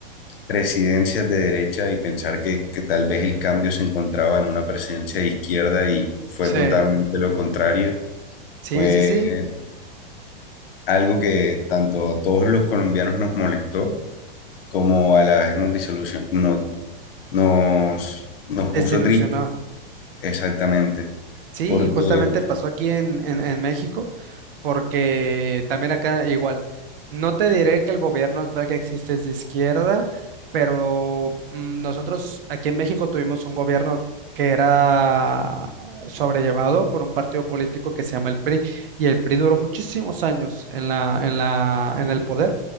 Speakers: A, on the left; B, on the right.
A: presidencias de derecha y pensar que, que tal vez el cambio se encontraba en una presidencia de izquierda y fue
B: Sí,
A: totalmente lo contrario.
B: sí,
A: Fue
B: sí, sí,
A: algo que tanto a todos los colombianos nos molestó como a la vez nos disolución, no, nos, nos
B: desilusionó.
A: puso tristes, exactamente,
B: Sí,
A: porque
B: justamente pasó aquí en, en, en México, porque también acá igual. No te diré que el gobierno actual que existe es de izquierda, pero mm, nosotros aquí en México tuvimos un gobierno que era sobrellevado por un partido político que se llama el PRI, y el PRI duró muchísimos años en la, en la, en el poder,